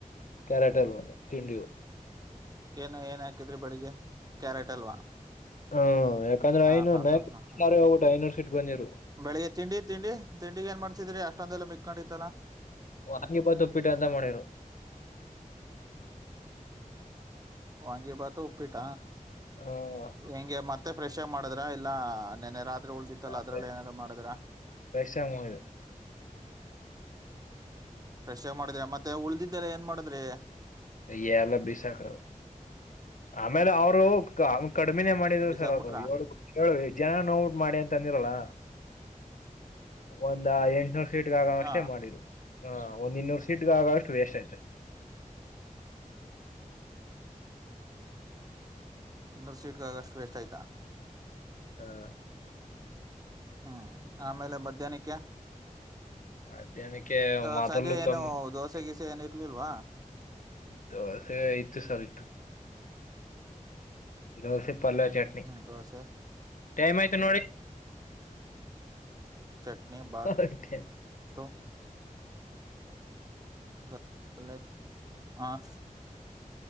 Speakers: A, on the left; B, on the right.
A: ಕಾರಟ ಎಲ್ಲನ್ನ ತಿಂಡು
B: ಏನ ಏನ್ ಹಾಕಿದ್ರಿ ಬೆಳಿಗ್ಗೆ ಕ್ಯಾರೆಟ್ ಅಲ್ವಾ
A: ಹ್ಮ ಯಾಕಂದ್ರೆ
B: ಹ
A: ಐನೂರು
B: ಹಾ
A: ನ
B: ಹಾ ಹಾ ಹಾ
A: ಸ ಹೋಗಬಟ್ಟು ಐನೂರು ಸೀಟ್ ಬಂದಿರು
B: ಬೆಳಿಗ್ಗೆ ತಿಂಡಿ ತಿಂಡಿ ತಿಂಡಿ ಏನ್ ಮಾಡ್ತಿದ್ರಿ ಅಷ್ಟೊಂದೆಲ್ಲ ಮಿಕ್ಕಕೊಂಡತ್ತನ
A: ಅಂಗಿಪ್ಪ ತಪ್ಪಿಟ್ಟು ಅಂತ ಮಾಡಿರು
B: ವಾಂಗಿ ಭಾತು ಉಪ್ಪಿಟ
A: ಹಾ
B: ಹೆಂಗೆ ಮತ್ತೆ ಫ್ರೆಶ್ ಆಗ ಮಾಡಿದ್ರ ಇಲ್ಲ ನೆನ್ನೆ ರಾತ್ರಿ ಉಳ್ದಿತ್ತಲ್ಲ ಅದ್ರಲ್ಲ
A: ಫ್ರೆಶ್
B: ಏನಾರು ಮಾಡಿದ್ರ
A: ಫ್ರೆಶ್ ಆಗಿ ಮುಗಿದು
B: ಫ್ರೆಶ್ ಆಗಿ ಮಾಡಿದ್ರಿ ಮತ್ತೆ ಉಳ್ದಿದ್ದೆಲ್ಲ ಏನ್ ಮಾಡಿದ್ರಿ
A: ಯ ಅಭಿಸಾಕೋ ಆಮೇಲೆ ಅವರು ಕಡಿಮಿನೇ ಮಾಡಿದ್ರು
B: ಬಿಸಾಕ್ಬಿಟ್ರ
A: ಸರ್ ಅವ್ರು ಏಳುಏು ಜನ ನೋಟ್ ಮಾಡಿ ಅಂತಂದ ರಲ್ಲ ಒಂದ ಎಂಟನೂರ್ ಸೀಟ್ಗ ಆಗ
B: ಹ
A: ಅಷ್ಟೇ ಮಾಡಿದ್ರು ಹಾ ಒಂದ್ ಇನ್ನೂರು ಸೀಟ್ಗ ಆಗಷ್ಟು ವೇಸ್ಟ್ ಆಯ್ತತೆ
B: ಇನ್ನೊರ್ ಸೀಟ್ಗಾಗಷ್ಟು ವೇಸ್ಟ್ ಆಯ್ತಾ
A: ಹಾ
B: ಹ್ಮ್ ಆಮೇಲೆ ಮಧ್ಯಾಹ್ನಕ್ಕೆ
A: ಮಧ್ಯಾಹ್ನಕ್ಕೆ
B: ಅ
A: ಮೊದಲು
B: ಸಂಜೆ ಏನು
A: ಕಮ್ಮಿ
B: ದೋಸೆ ಗೀಸೆ ಏನು ಇರ್ಲಿಲ್ವಾ
A: ದೋಸೆ ಇತ್ತು ಸರ್ ಇತ್ತುು ದೋಸೆ ಪಲ್ಲವ ಚಟ್ನಿ
B: ಹ್ಮ್ ದೋಸೆ
A: ಟೈಮ್ ಆಯ್ತು ನೋಡಿ
B: ಚಟ್ನ
A: ನೋಡಿ
B: ಬತ್ತು ಹ